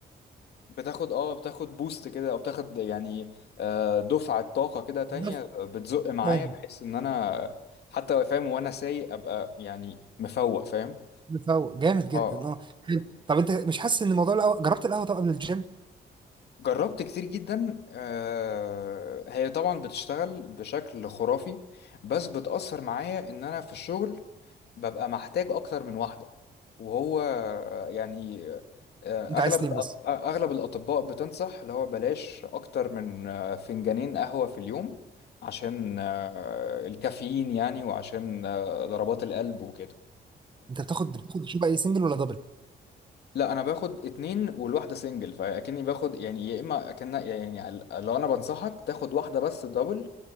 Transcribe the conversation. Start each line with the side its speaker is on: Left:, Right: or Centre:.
Left: بتاخد اه بتاخد بوست كده او بتاخد يعني آه، دفعه طاقه كده تانية
Right: ده
Left: بتزق معايا
Right: تاني
Left: بحيث ان انا حتى فاهم وانا سايق ابقى يعني مفوق فاهم
Right: مفوق جامد جدا
Left: اه
Right: اه حلو. طب انت مش حاسس ان موضوع القهوه جربت القهوه طب قبل الجيم
Left: جربت كتير جدا آه، هي طبعا بتشتغل بشكل خرافي بس بتأثر معايا ان انا في الشغل ببقى محتاج اكتر من واحدة وهو آه، يعني آه،
Right: انت
Left: اغلب
Right: عايز تنام
Left: الأ-
Right: بس
Left: اغلب الاطباء بتنصح اللي هو بلاش اكتر من آه، فنجانين قهوة في اليوم عشان آه، الكافيين يعني وعشان آه، ضربات القلب وكده
Right: انت بتاخد بتاخد شو بقى ايه سنجل ولا دبل
Left: لا انا باخد اتنين والواحده سنجل فاكني باخد يعني يا اما اكن يعني ال- لو انا بنصحك تاخد واحده بس دبل